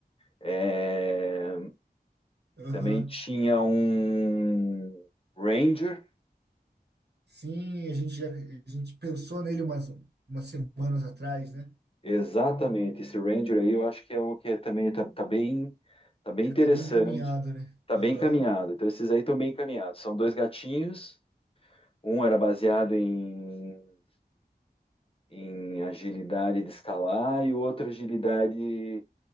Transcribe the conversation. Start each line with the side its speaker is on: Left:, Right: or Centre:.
Left: É,
Right: Aham.
Left: Também tinha um Ranger,
Right: Sim, a gente já a gente pensou nele umas, umas semanas atrás, né?
Left: Exatamente, esse Ranger aí eu acho que é o que é também tá, tá bem, tá bem
Right: Já
Left: interessante,
Right: tá bem encaminhado, né?
Left: tá
Right: Aham.
Left: bem encaminhado. Então esses aí estão bem encaminhados. São dois gatinhos, um era baseado em, em agilidade de escalar e o outro agilidade